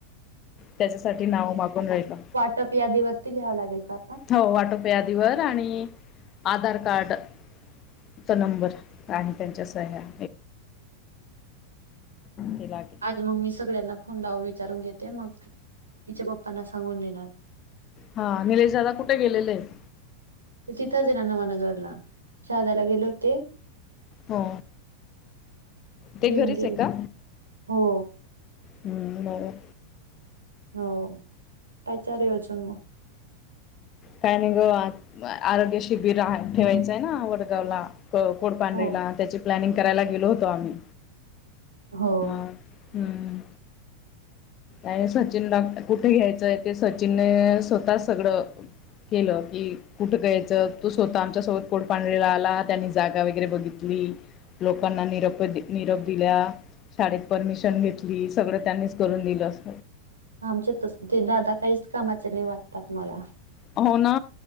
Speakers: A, on the left; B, on the right.
A: त्याच्यासाठी नाव मागून राहिलो.
B: टप यादी वरती लिहावं लागेल का!
A: हो टोपे आधीवर आणि आधार कार्डचा नंबर आणि त्यांच्या सह्या ते लागेल.
B: आज मग मी सगळ्यांना फोन लावून विचारून घेते मग तिच्या पप्पांना सांगून देणार.
A: हा निलेश दादा कुठे गेलेले आहेत.
B: तिथंच ना नवानजरला शहादाला गेले होते.
A: हो ते
B: घेऊन
A: घरीच
B: गेले
A: आहे का?
B: हो
A: हम होय.
B: हो काय चालू आहे अजून मग
A: काय नाही ग आरोग्य शिबिर आ ठेवायचंय ना वडगावला. कोडपांढरीला
B: हो
A: त्याची प्लॅनिंग करायला गेलो होतो आम्ही
B: हो
A: हा हम्म. आणि सचिनला कुठे घ्यायचंय ते सचिनने स्वतः सगळं केलं की कुठं घ्यायच तू स्वतः आमच्यासोबत कोड पांढरीला आला त्यांनी जागा वगैरे बघितली लोकांना निरोप, निरोप दिला. शाळेत परमिशन घेतली सगळं त्यांनीच करून दिलं अस.
B: आमच्यात तस ते दादा काहीच कामाचे नाही वाटतात मला.
A: हो ना.